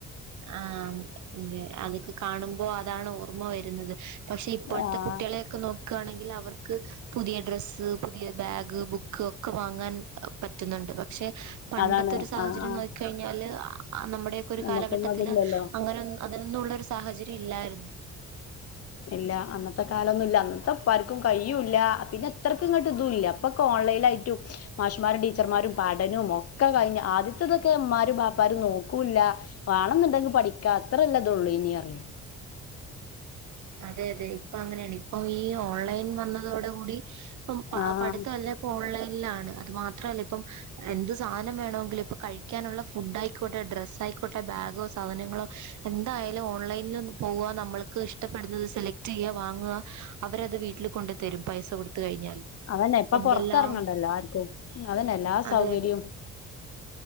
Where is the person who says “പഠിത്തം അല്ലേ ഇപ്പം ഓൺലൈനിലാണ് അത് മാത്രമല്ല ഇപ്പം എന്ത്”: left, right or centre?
Right